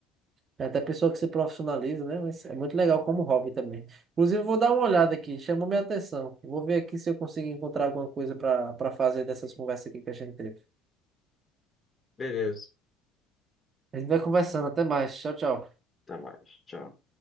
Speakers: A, on the right; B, on the left.
A: É da pessoa que se profissionaliza, né? Mas é muito legal como hobby também. Inclusive, vou dar uma olhada aqui, chamou minha atenção. Vou ver aqui se eu consigo encontrar alguma coisa para para fazer dessas conversas aqui que a gente teve.
B: Beleza.
A: A gente vai conversando, até mais. Tchau, tchau.
B: Até mais. Tchau.